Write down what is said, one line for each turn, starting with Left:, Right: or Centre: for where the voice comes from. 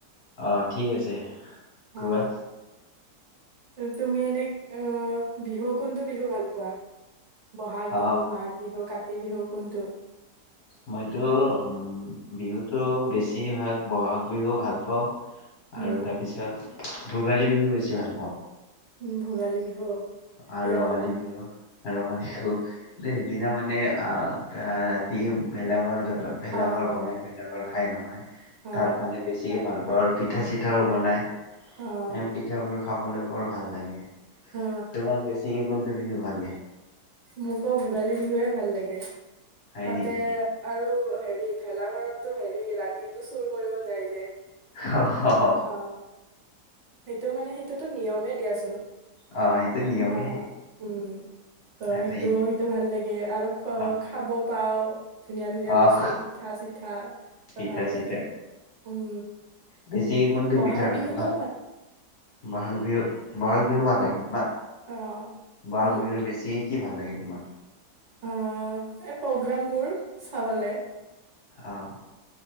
Left: অহ ঠিক আছে।
Right: হা।
Left: কোৱা
Right: তুমি এনে আহ বিহু কোনটো বিহু ভাল পোৱা। বহাগ
Left: অ
Right: বিহু, মাঘ বিহু, কাতি। বিহু কোনটো?
Left: মইতো উম বিহুটো বেছ। বেছিভাগ বহাগ বিহু ভাল পাওঁ।
Right: উম
Left: আৰু তাৰপিছত। ভোগালী বিহু বেছি ভাল পাওঁ।
Right: উম ভোগালী বিহু অ।
Left: আৰু
Right: কিয়
Left: ৰঙালী বিহু। আৰু আমাৰ ছো। যে সেইদিনা মানে আ। ৰাতি ভেলাগৰ। ভেলঘৰ
Right: অ অ অ
Left: বনাই ভেলাঘৰ খাই নহয়
Right: অ অ
Left: তাৰ কাৰণে বেছিকে ভাল পাওঁ আৰু। পিঠা চিঠাও বনায়।
Right: অ
Left: এ পিঠা পোৰা। খাবলৈ বৰ ভাল লাগে।
Right: অ
Left: তোমাক বেছি। কোনটো বিহু ভাল লাগে?
Right: মোকো ভোগালী বিহুৱে ভাল লাগে।
Left: হয়
Right: তাতে
Left: নেকি
Right: আৰু। হেৰি ভেলাঘৰতটো হেৰি ৰাতিটো চুৰ কৰিব যায় যে।
Left: হহ হ হ।
Right: অ সেইটো মানে সেইটোতো নিয়মে দিয়াচো। অঁ,
Left: অ সেইটো নিয়মে
Right: উম
Left: এটা
Right: ত সেইটো সেইটো ভাল লাগে আৰু খ
Left: আহ
Right: খাব পাওঁ। ধুনীয়া ধুনীয়া
Left: আহ
Right: বস্তু পিঠা চিঠা ত
Left: পিঠা
Right: ভাল
Left: চিঠা
Right: লাগে উম
Left: বেছিকে কোনটো
Right: বহাগ
Left: পিঠা
Right: বিহুতো।
Left: ভাল বহাগ বিহুত বহাগ বিহু ভাল লাগে। তোমাক
Right: অ
Left: বহাগ
Right: উম
Left: বিহুৰ বেছি। কি ভাল লাগে তোমাক।
Right: অ এই প্ৰগ্ৰামবোৰ চাবলে।
Left: অঁ,